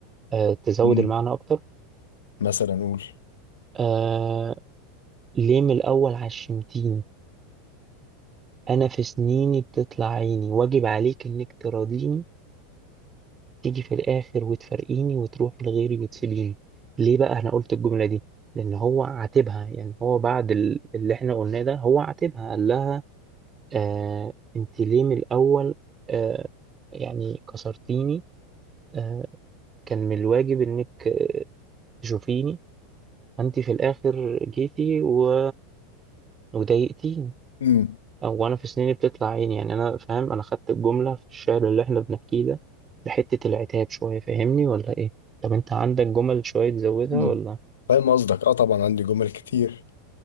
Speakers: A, on the right (about 25°); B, on the left (about 65°).
A: آه، تزود
B: مم.
A: المعنى اكتر
B: مثلا نقول
A: آه ليه من الاول عشمتيني انا في سنيني بتطلع عيني واجب عليك انك تراضيني تيجي في الآخر وتفارقيني وتروحي لغيري وتسيبيني ليه بقى أنا قلت الجملة دي لأن هو عاتبها يعني هو بعد ال- اللي إحنا قلناه ده هو عاتبها قال لها آه أنت ليه من الأول آه يعني كسرتيني آه كان من الواجب إنك آه، تشوفيني أنت في الآخر جيتي و... وضايقتيني
B: مم.
A: او انا في سنيني بتطلع عيني يعني انا فاهم انا خدت الجمله في الشعر اللي احنا بنحكيه ده لحته العتاب شويه فاهمني ولا ايه طب انت عندك جمل شويه تزودها
B: مم.
A: ولا
B: فاهم قصدك اه طبعا عندي جمل كتير